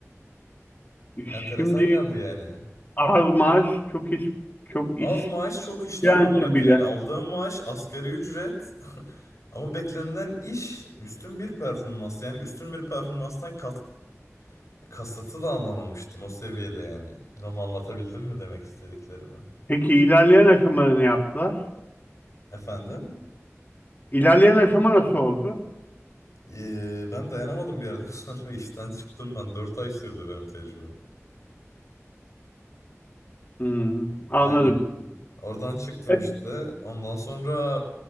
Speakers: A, on the left; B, on the left.
A: Enteresan
B: Şimdi
A: geldi yani.
B: az maaş çok iş çok iş
A: Az maaş çok iş tam
B: direnci
A: olarak
B: bile.
A: yani aldığım maaş asgari ücret ama beklenilen iş üstün bir performans yani üstün bir performanstan kat kasıtı da anlamamıştım o seviyede yani. Bilmem anlatabildim mi demek istediklerimi?
B: Peki ilerleyen aşamada ne yaptılar?
A: Efendim?
B: İlerleyen aşama nasıl oldu?
A: Ee, ben dayanamadım bir yerden <laughs> sonra işten çıktım ben. dört ay sürdü benim tecrübem.
B: Hmm, anladım.
A: Aynen. Oradan çıktım
B: Evet.
A: işte. Ondan sonra